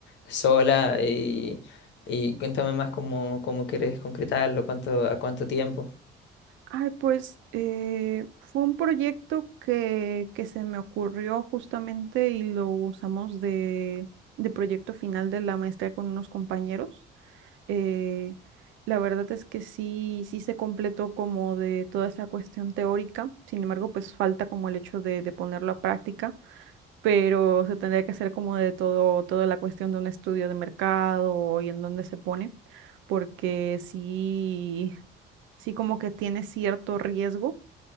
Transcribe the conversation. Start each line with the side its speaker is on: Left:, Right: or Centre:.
Left: sola? Y, y cuéntame más cómo, cómo quieres concretarlo, cuánto, a cuánto tiempo.
Right: Ay, pues eh, fue un proyecto que, que se me ocurrió justamente y lo usamos de, de proyecto final de la maestría con unos compañeros. Eh, la verdad es que sí, sí se completó como de toda esa cuestión teórica, sin embargo, pues falta como el hecho de, de ponerlo a práctica, pero se tendría que hacer como de todo, toda la cuestión de un estudio de mercado y en dónde se pone, porque sí, sí como que tiene cierto riesgo